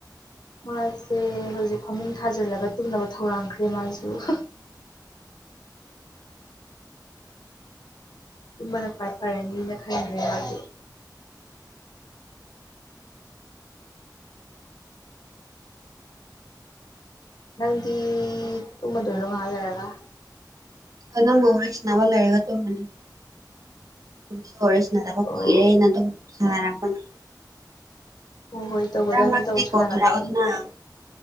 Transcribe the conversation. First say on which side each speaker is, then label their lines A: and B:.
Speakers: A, on the left (about 70°); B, on the right (about 50°).
A: ꯃꯥꯁꯦ ꯍꯧꯖꯤꯛ ꯐꯃꯨꯡ ꯊꯥꯖꯤꯜꯂꯒ ꯇꯨꯝꯅꯕ ꯊꯧꯔꯥꯡꯈ꯭ꯔꯦ ꯃꯥꯁꯨ <unintelligible> ꯎꯕꯅ ꯄꯥꯏ ꯐꯔꯦ ꯃꯤꯅ ꯈꯥꯏꯗ꯭ꯔꯦ ꯃꯥꯒꯤ ꯅꯪꯗꯤ ꯇꯨꯝꯝꯕ ꯗꯔꯣ ꯉ ꯍꯥꯜꯂꯔꯒ
B: ꯍ ꯅꯪꯕꯨꯔꯁꯅꯥꯕ ꯂꯩꯔꯒ ꯇꯨꯝꯕꯅꯤ ꯇꯔꯁꯤ ꯅꯠꯇꯕ
A: ꯑꯣ
B: ꯀꯨꯏꯔꯦ ꯑꯩꯅ ꯑꯗꯨꯝ ꯁꯥꯟꯔꯛꯄꯅꯤ
A: ꯍꯣꯏ ꯍꯣꯏ ꯇꯧꯒꯗꯕꯅꯤ
B: ꯔ ꯃ꯭ꯔꯀꯤꯗꯤ
A: ꯇꯧ ꯁꯥꯟꯅꯒꯗꯕꯅꯤ
B: ꯀꯣꯗꯔ ꯑꯣꯗꯨꯅ